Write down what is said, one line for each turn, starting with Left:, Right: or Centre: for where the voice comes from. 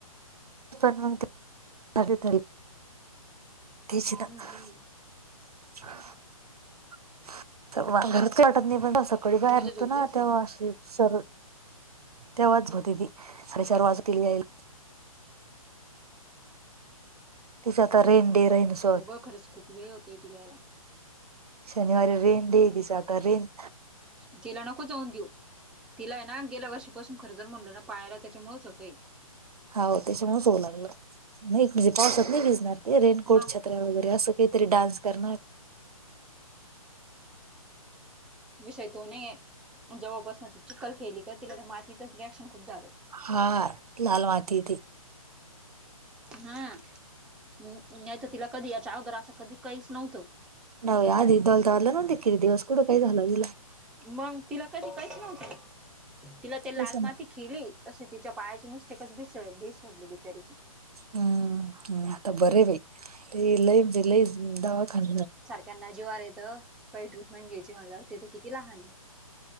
Right: पण नंत्त आले तरी <unintelligible>
Centre: हम्म हम्म
Right: त <unintelligible> मी बाहेर
Centre: दिवीच्या
Right: होतो
Centre: झोपली
Right: ना
Centre: असल
Right: तवा असली, सरळ तेव्हाच होती ती, साडेचार वाजतील यायला. तिचं आता रेन डे राहीनच
Centre: हो गं खरंच खूप वेळ होतोय तिलायला.
Right: शनिवारी रेन डेए तिचा आता रेन
Centre: तिला नको जाऊन देऊ, तिलाय ना गेल्या वर्षीपासून खर जर म्हणलं ना पाहायला त्याच्यामुच होतंय.
Right: हाव त्याच्यामुळेच होऊ लागलं नाहीे पावसात नाही भिजणार ते रेनकोटच्यात
Centre: मग
Right: वगैरे अस काहीतरी डान्स कर.
Centre: विषय तो नाहीये जवळपास म ती चिकखल केली का तिला तर मातीच रिॲक्शन खूप झालं.
Right: हा लाल माती ती.
Centre: हा नाही तर तिला कधी याच्या अगोदर असं कधी काहीच नव्हतं.
Right: नव याददी इवलवला नो देे कि दिवस कू काय झालगला.
Centre: मग तिला कधी काहीच नव्हतं तिला ते लाल
Right: तेच ना
Centre: माती. खेली तशी तिच्या पायाची मिस्टेकच भस भेसडली बिचारीची.
Right: हम्म हम् आता बरे हाय बाई लय म्हणजे लई दवाखान
Centre: त्यांना जीवार येतं काही ट्रीटमेंट घ्यायची म्हणल्या तेथं किती लहान हाय.